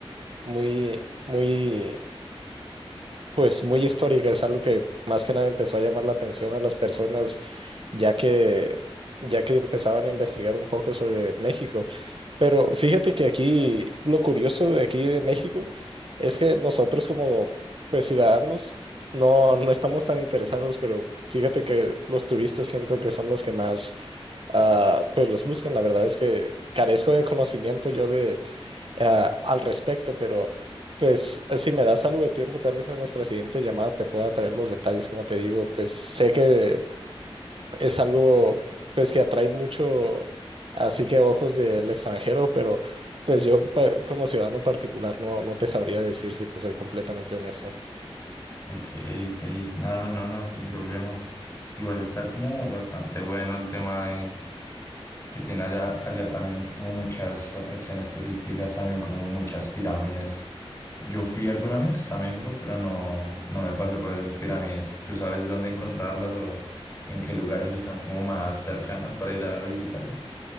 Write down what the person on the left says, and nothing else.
Ok, ok. No, no, no, no, sin problema. Igual está como bastante bueno el tema de que tiene allá, allá también como muchas atracciones turísticas, también como muchas pirámides. Yo fui alguna vez a México, pero no, no me pasé por esas pirámides. ¿Tú sabes dónde encontrarlas o en qué lugares están como más cercanas para ir a visitarlas?